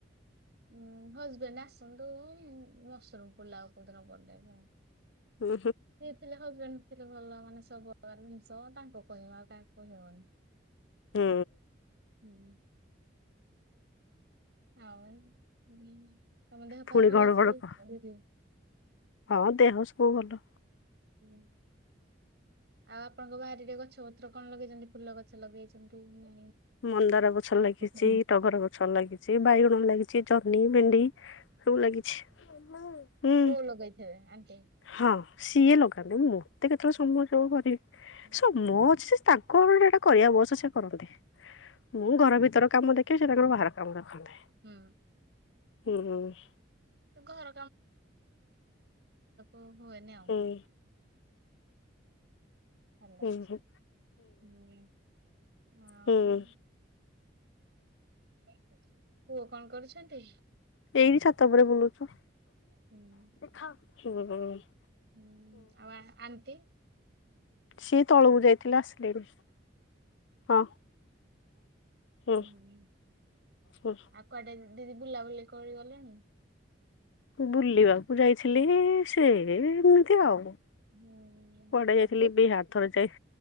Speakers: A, on the right; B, on the left.
A: ହଁ ହଜବେଣ୍ଡ ଆସନ୍ତୁ-ଉ-ଉ ମସୁରମ ପୋଲାଉ କୋଉଦିନ ବନେଇବେ। ସିଏ
B: ଉଁ
A: ଥିଲେ ହଜବେଣ୍ଡ ଥିଲେ ଭଲ ମାନେ ସବୁ <unintelligible> ସହ ତାଙ୍କ କହିବା ଆଉ କାହାକୁ କହି ହେବନି।
B: ହୁଁ।
A: ହୁଁ। ଆଉ ଉ ତମ ଦେହ
B: ପୁଣି
A: ପାଆ ଭଲ
B: ଘଡ
A: ଅଛି
B: ଘଡ କ
A: ଦିଦି।
B: ହଁ ଦେହ ସଵୁ ଭଲ।
A: ହୁଁ। ଆଉ ଆପଣଙ୍କ ବାରିରେ ଗଛ ପତ୍ର କଣ ଲଗେଇଛନ୍ତି ଫୁଲ ଗଛ ଲଗେଇଛନ୍ତି ନା
B: ମନ୍ଦାର ଗଛ
A: ନାଇଁ?
B: ଲାଗିଛି, ଟଗର ଗଛ ଲାଗିଛି, ବାଇଗଣ ଲାଗିଛି ଜହ୍ନି, ଭେଣ୍ଡି, ସବୁ ଲାଗିଛି । ହୁଁ
A: ବୋଉ ଲଗେଇଥିବେ ଆଣ୍ଟି?
B: ହଁ, ସିଏ ଲଗାନ୍ତେ ମୁଁ ଏତେ କେତେବେଳେ ସମୟ ସବୁ କରିବି
A: ହଁ
B: ସମୟ ଅଛି ସେ ତାଙ୍କ ଏଟା କରିବା ବୟସ ସେ କରନ୍ତି। ମୁଁ ଘର ଭିତର କାମ ଦେଖେ ସେ ତାଙ୍କର ବାହାର କାମ ଦେଖନ୍ତି ।
A: ହୁଁ।
B: ହୁଁ ହୁଁ ।
A: ତ ଘର ଓହୋ! ଏନି ଆଉ
B: ହୁଁ
A: ହେଲା
B: ହୁଁ
A: ହୁଁ ଆଉ
B: ହୁଁ
A: ପୁଅ କଣ କରୁଛନ୍ତି?
B: ଏଇଠି ଛାତ ପରେ ବୁଲୁଛୁ।
A: ହୁଁ
B: <unintelligible>
A: ହୁଁ, ଆଉ ଆ ଆଣ୍ଟି ।
B: ସିଏ ତଳକୁ ଯାଇଥିଲେ ଆସିଲେଣି। ହଁ ହ
A: ହୁଁ,
B: ହ।
A: ଆଉ କୁଆଡେ ଦିଦି ବୁଲାବୁଲି କରି ଗଲେଣି?
B: ବୁଲିବା ମୁଁ ଯାଇଥିଲି ସେ-ଏ-ଏ-ଏ ଏମିତି ଆଉ ।
A: ହୁଁ
B: ପଡେ ଯାଇଥିଲି
A: ଆଉ
B: ବିହାର ଥରେ ଯାଇ,